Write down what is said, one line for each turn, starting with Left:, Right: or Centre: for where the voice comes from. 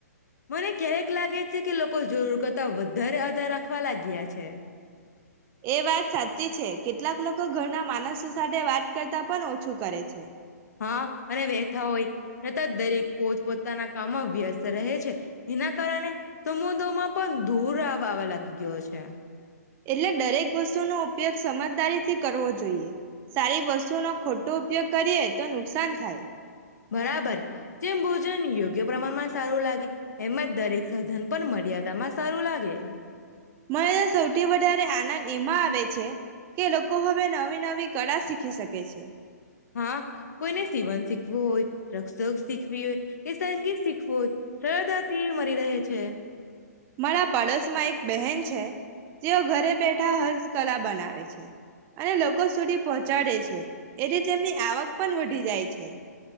Left: મને ક્યારેક લાગે છે કે. લોકો જરૂર કરતા વધારે આધાર રાખવા લાગ્યા છે.
Right: એ વાત સાચી છે કેટલાક લોકો ઘરના માનસો સાથે વાત કરતા પણ ઓછું કરે છે.
Left: હા અને વહેથા હોય છતાં દરેક પોત પોતાના. કામો વ્યસ્ત રહે છે. એના કારણે તો મુ દોમાં. પણ ધૂર આવવા લાગી ગયો છે.
Right: એટલે દરેક વસ્તુનોો ઉપયોગ સમજદારીથી કરવો જોઈએ સારી વસ્તુનોો ખોટો ઉપયોગ કરીએ તો નુકસાન થાય.
Left: બરાબર જેમ ભોજન યોગ્ય પ્રમાણમાં સારું લાગે. એમાંજ દરેક સાધન પણ મર્યાદામાં સારું લાગે.
Right: મને સૌથી વધારે આનંદ એમાં આવે છે કે લોકો હવે નવી નવી કળા શીખી શકે છે.
Left: હા કોઈને સીવણ શીખવું હોય રક્ષક શીખવી હોય કે સંગીત શીખવું હોય સરળતાથી મળરી રહે છે. છે.
Right: મારા પાડોશમાં એક બહેન છે તેઓ ઘરે બેઠા હસ્ત કલા બનાવે છે અને લોકો સુધી પહોંચાડે છે એથી તેમની આવક પણ વધી જાય છે.